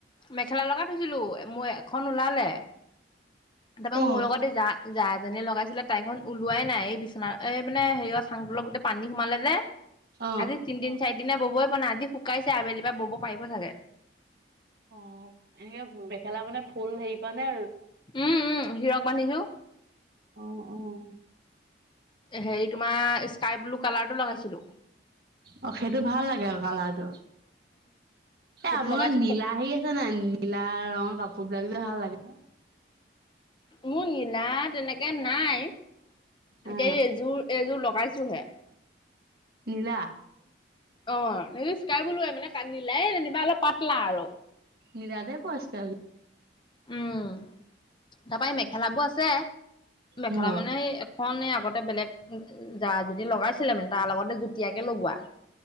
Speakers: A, on the left (about 25°); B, on the right (about 55°).
A: মেখেলা লগাই থৈছিলো, মোৰ এখন ওলালে তাপা
B: অ।
A: মোৰ লগতে যা জাজনীয়ে লগাইছিলে তাইখন ওলোৱাই নাই এই বিচনা এই মানে হেৰিয় চাংটলত গোটেই পানী সোমালে যে
B: অ
A: আজি তিনদিন চাৰিদিন ববই পৰা নাই আজি শুকাইছে, আবেলি পৰা বব পাৰিব চাগে।
B: অ' এনেকে মেখেলা মানে ফুল হেৰি কৰা নে
A: উম উম হিৰক বান্ধিছো
B: অ' অ।
A: হেৰি তোমাৰ স্কাই ব্লু কালাৰটো লগাইছিলো
B: অ' সেইটো ভাল লাগে আৰু কালাৰটো। এ'
A: সেইটো
B: আপোনাৰ
A: লগাইছো
B: নীলা
A: ক
B: হেৰি আছে নাই নীলা ৰঙৰ কাপোৰ বিলাক। এ ভাল লাগে ন?
A: মোৰ নীলা তেনেকে নাই। এতিয়া
B: অ
A: এযোৰ-এযোৰ লগাই চুহে।
B: নীলা
A: অ' এনে স্কাই ব্লুৱে মানে কা নীলায়ে যেনিবা অলপ পাতলা আৰু।
B: নীলা পছকা
A: উম। তাৰপা এই মেখেলাবোৰ আছে। মেখেলা
B: অ
A: মানে এখন এই আগতে বেলেগ যা যদি লগাইছিলে মানে। তাৰ লগতে যুটীয়াকে লগোৱা।